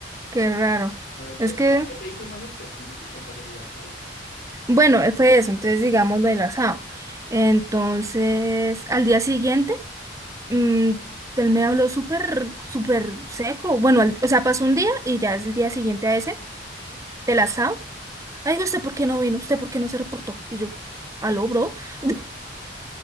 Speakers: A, on the right; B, on the left.
A: Qué raro.
B: Eh,
A: Es
B: ¿qué-
A: que,
B: o sea, ¿qué te hizo más específico como para que te diga chao?
A: bueno, eh, fue eso, entonces digamos lo del asado. Entonces, al día siguiente, mm, él me habló súper, súper seco. Bueno, al- o sea, pasó un día y ya es el día siguiente a ese del asado. Ay, no, ¿usted por qué no vino? ¿Usted por qué no se reportó? Y yo, ¿aló, bro? <laughs>